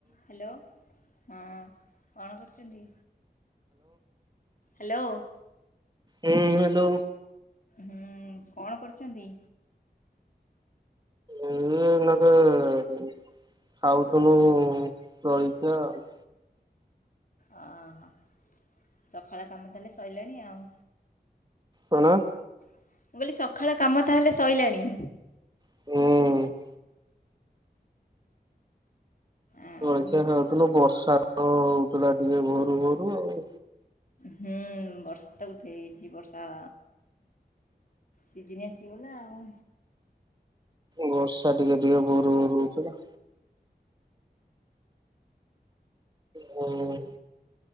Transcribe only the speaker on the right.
ହୁଁ ହାଲୋ।
ଏଇନେ ନା ଖାଉନଥିଲୁ ଖାଉଥିଲୁ ଜଳିଖିଆ ଆଉ।
କଣ?
ହୁଁ।
ଜଳଖିଆ ଖାଉଥିଲୁ ବର୍ଷା ତ ହଉଥିଲା ଟିକେ ଭୋରୁ ଭୋରୁ ଆଉ।
ବର୍ଷା ଟିକେ ଟିକେ ଭୋରୁ ଭୋରୁ ରଉଥେଲା। ହୁଁ